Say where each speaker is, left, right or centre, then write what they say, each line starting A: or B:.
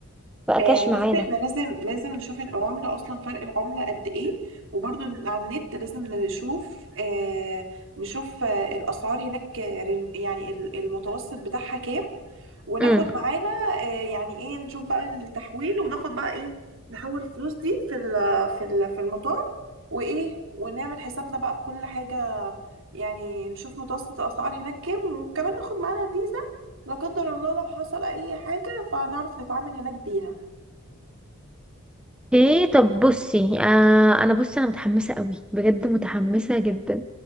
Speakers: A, in the centre; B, on the right (about 60°).
A: بقى
B: آه
A: كاش معانا
B: بص احنا لازم لازم نشوف العملة اصلا فرق العملة قد ايه وبرضو على النت لازم نشوف آه نشوف آه الاسعار هناك آه، رن- يعني ال- المتوسط بتاعها كام وناخد
A: امم
B: معانا آه، يعني ايه نشوف بقى التحويل وناخد بقى ايه نحول الفلوس دي في ال- في ال- في المطار وايه ونعمل حسابنا بقى بكل حاجة يعني نشوف متوسط الاسعار هناك كام وكمان ناخد معانا فيزا لا قدر الله لو حصل اي حاجة فنعرف نتعامل هناك بيها
A: ايه طب بصي آه انا بصي انا متحمسه قوي بجد متحمسه جدا